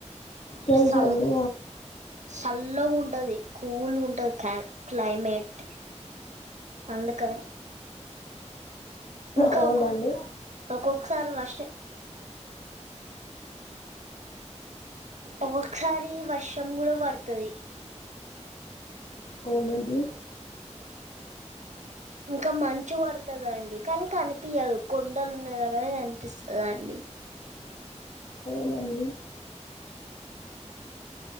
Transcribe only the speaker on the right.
ప్రిసల్
చల్లగా ఉంటది కూల్ ఉంటది క్లా క్లైమేట్ అందుకనే ఇంకా
ఒక్కొక్ ఒక్కొక్కసారి వర్ష ఒకొక్కసారి వర్షం లో పడతది
ఇంకా మంచు పడతందండి కానీ కనిపియదు కొండలు ఉన్న దగ్గరే కనిపిస్తాదండి